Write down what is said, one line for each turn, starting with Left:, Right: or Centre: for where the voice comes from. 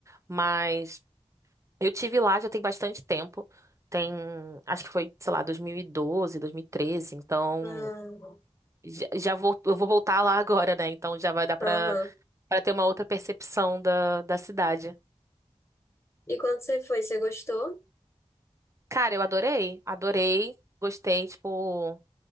Right: Mas eu tive lá já tem bastante tempo. Tem, acho que foi, sei lá, 2012, 2013. Então
Left: Ah.
Right: já, já vou, eu vou voltar lá agora, né? Então já vai dar pra,
Left: Aham.
Right: pra ter uma outra percepção da, da cidade.
Left: E quando você foi, você gostou?
Right: Cara, eu adorei, adorei, gostei, tipo.